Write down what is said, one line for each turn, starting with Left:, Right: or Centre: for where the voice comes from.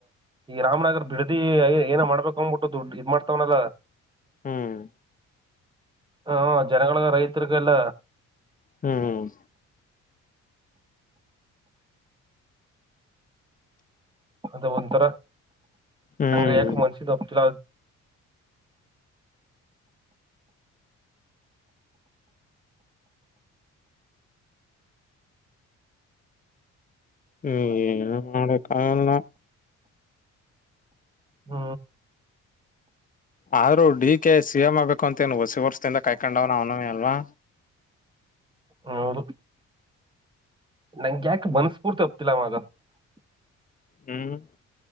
Right: ಈ ರಾಮನಗರ್ ಬಿಡ್ದಿ ಏನ ಮಾಡ್ಬೇಕು ಅನ್್ಬಿಟ್ಟು ದುಡ್ಡು ಇದ್ ಮಾಡ್ತವನಲ್ಲ
Left: ಹ್ಮ್
Right: ಹಾ ಜನಗಳ ರೈತರಿರಿಗೆಲ್ಲ
Left: ಹ್ಮ್ ಹ್ಮ
Right: ಅದ ಒಂಥರ
Left: ಹ್ಮ್
Right: ಹಂಗ ಯಾ ಮನ್ಸೀಗ ಒಪ್ಪ್ತಿಲ್ಲ
Left: ಹ್ಮ್ ಏನು ಮಾಡಕ್ಕಗಲ್ಲ
Right: ಹ್ಮ
Left: ಆದ್ರೂ ಡಿ ಕೆ ಸಿ ಎಂ ಆಗ್ಬೇಕು ಅಂತೇನು ಹೊಸಿ ವರ್ಷದಿಂದ ಕಾಯ್ಕೊಂಡವ್ನ ಅವನವೇ ಅಲ್ವಾ
Right: ಹೌದು ನಂಗ ಯಾಕೆ ಮನಸ್ಪೂರ್ತಿ <unintelligible>
Left: ಹ್ಮ್